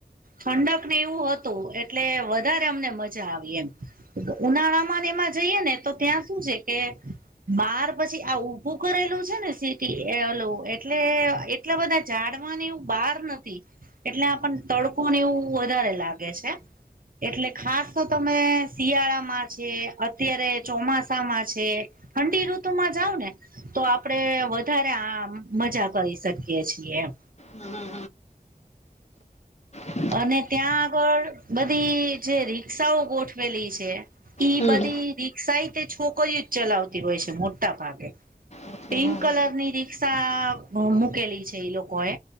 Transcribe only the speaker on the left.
હમ હ હમ હ
હમ
અચ્છા
હા હા